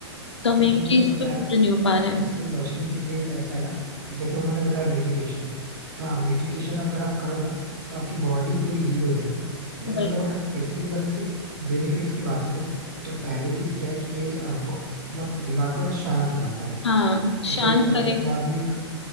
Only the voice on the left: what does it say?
तो हम
एक
चीज
पे पूरे
नहीं हो पा रहे हैं
वही
हाँ
शांत
करे